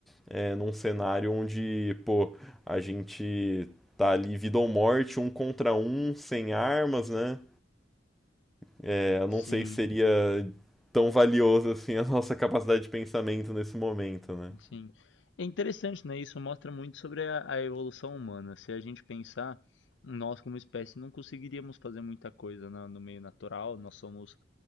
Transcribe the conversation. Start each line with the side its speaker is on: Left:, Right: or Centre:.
Centre: é, num cenário onde, pô, a gente tá ali vida ou morte, um contra um, sem armas, né? É, eu não
Left: sim.
Centre: sei se seria tão valioso assim a nossa capacidade de pensamento nesse momento, né?
Left: Sim. É interessante, né? Isso mostra muito sobre a, a evolução humana. Se a gente pensar, nós como espécie não conseguiríamos fazer muita coisa na- no meio natural. Nós somos